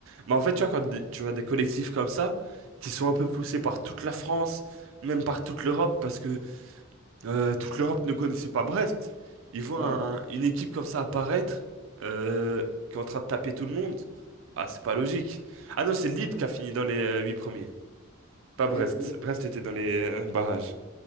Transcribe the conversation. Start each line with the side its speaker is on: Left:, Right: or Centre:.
Right: Mais en fait, tu vois, quand des- tu vois des collectifs comme ça, qui sont un peu poussés par toute la France, même par toute l'Europe, parce que euh, toute l'Europe ne connaissait pas Brest. Ils voient
Left: Ouais.
Right: un- une équipe comme ça apparaître, euh, qui est en train de taper tout le monde. Ah, c'est pas logique. Ah non, c'est Lille qui a fini dans les euh, huit premiers. Pas
Left: Mais,
Right: Brest.
Left: mais de toute
Right: Brest était dans les euh, barrages.